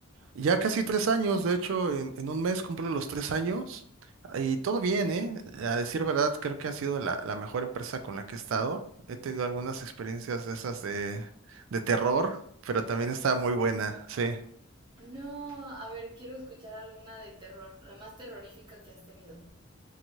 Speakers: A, on the right; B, on the right.
A: Ya casi tres años, de hecho, en, en un mes cumplo los tres años y todo bien, ¿eh? A decir verdad, creo que ha sido la, la mejor empresa con la que he estado. He tenido algunas experiencias de esas de, de terror, pero también está muy buena, sí.
B: No, a ver, quiero escuchar alguna de terror, la más terrorífica que has tenido.